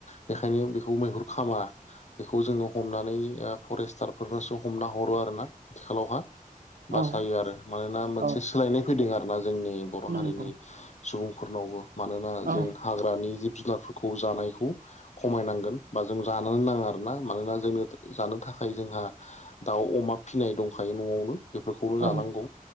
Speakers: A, on the left (about 50°); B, on the right (about 80°).
A: बेखायनो बिखौ मैहुर खामा बेखौ जोङो हमनानै ओ फरेस्टारफोरनोसो हमना हरो आरोना थिखालावहा
B: औ
A: बासायो आरो मानोना मोनसे
B: औ
A: सोलायनाय फैदों आरोना जोंनि बर'
B: नंगौ
A: हारिनि सुबुंफोरनावबो मानोना
B: औ
A: जों हाग्रानि जिब जुनारफोरखौ जानायखौ खमायनांगोन बा जों जानोनो नाङा आरोना मानोना जोंनो जानो थाखाय जोंहा दाउ अमा फिनाय दंखायो न'आवनो बेफोरखौनो जानांगौ
B: औ